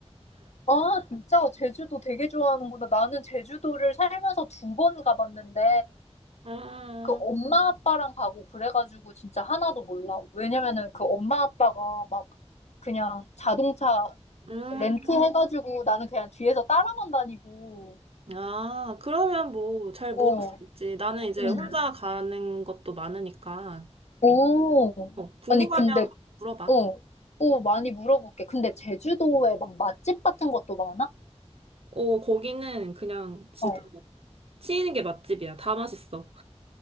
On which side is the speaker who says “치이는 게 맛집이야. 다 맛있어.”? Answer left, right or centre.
Right